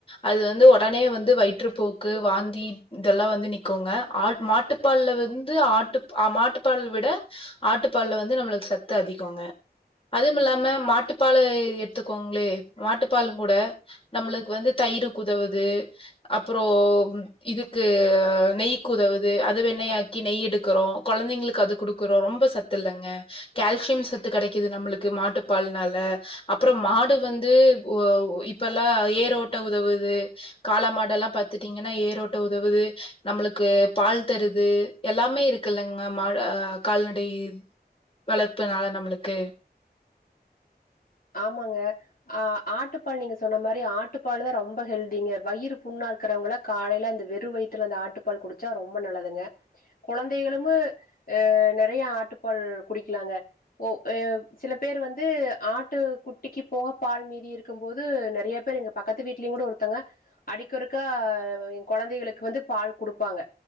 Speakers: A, on the left; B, on the left.
A: அது வந்து உடனே வந்து வயிற்றுப்போக்கு வாந்தி இதெல்லாம் வந்து நிக்குங்க ஆட் மாட். மாட்டுப்பால்ல வந்து ஆட்டு மாட்டுப்பால் விட ஆட்டுப்பால்ல வந்து நம்மளுக்கு சத்து அதிகொங்க. அதுவும் இல்லாம மாட்டுப்பலை எடுத்துக்கோங்களே மாட்டுப்பால் கூட நம்மளுக்கு வந்து தயிர் குதவுது அப்புறம் இதுக்கு நெய் குதவுது. து அது வெண்ணெயாக்கி நெய் எடுக்கிறோம் குழந்தைங்களுக்கு அது குடுக்கறோம் ரொம்ப சத்து இல்லங்க கேல்சியம் சத்து கிடைக்குது நம்மளுக்கு மாட்டு பால்னால அப்புறம் மாடு வந்து ஒ இப்பெல்லா ஏரோட்ட உதவுது காள மாடெல்லாம் பாத்துட்டீங்கன்னா ஏரோட்ட உதவுது நம்மளுக்கு. பால் தருது எல்லாமே இருக்குல்லங் மேம் ஆஹ கால்நடை வளர்ப்புனால நம்மளுக்கு.
B: ஆமாங்க ஆஹ ஆட்டுப்பால் நீங்க சொன்ன மாதிரி ஆட்டுப்பால் தான் ரொம்ப ஹெல்திங்க வயிறு புண்ணா இருக்கிறவங்க காலையில அந்த வெரு வயித்துல அந்த ஆட்டுப்பால் குடிச்சா ரொம்ப நல்லதுங்க. குழந்தைகளும் அஹ நெறைய ஆட்டுப்பால் குடிக்கலாங்க. ஓ எவ் சில பேர் வந்து ஆட். ட்டு குட்டிக்கு போக பால் மீதி இருக்கும் போது நெறைய பேர் எங்க பக்கத்து வீடலயும் கூட ஒருத்தங்க அடிக்கறுக்க குழந்தைகளுக்கு வந்து பால் குடுப்பாங்க